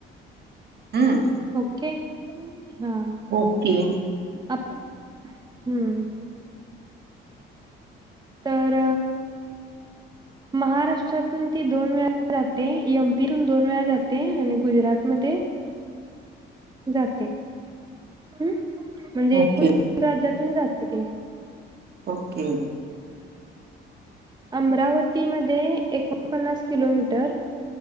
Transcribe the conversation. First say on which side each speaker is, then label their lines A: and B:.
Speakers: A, on the right; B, on the right.
A: हम्म.
B: ओके हां.
A: ओके.
B: <unintelligible> हम. तर महाराष्ट्रातून ती दोन वेळा जाते..... एम पी तून दोन वेळा जाते... आणि गुजरातमध्ये जाते. हम्म... म्हणजे
A: ओके
B: एकूण... तीन राज्यातून जाते ती.
A: ओके.
B: अमरावती मध्ये... एकोणपन्नास किलोमीटर